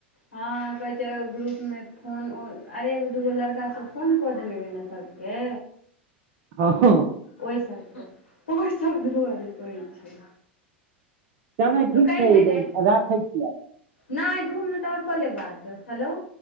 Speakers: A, on the left; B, on the right.
A: हाँ कहै छै ओ ग्रुपमे फोन अरे एगो दूगो लड़का सब फोन कऽ देने रहै ने सब गे
B: हाॅं हाॅं
A: ओइ सब ओइ सब दुआरे कहै छै।
B: चलै ठीक
A: तो कैइहैने
B: छै राखै छियै
A: नैय दू मिनट आओर कऽ ले बात हेलो।